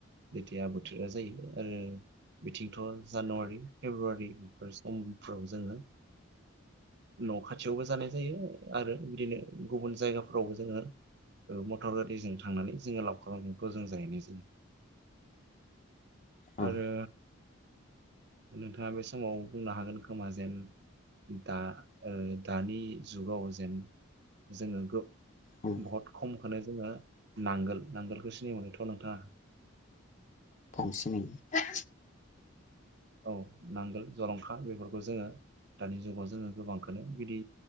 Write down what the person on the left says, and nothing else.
औ
औ
औ सिनायो।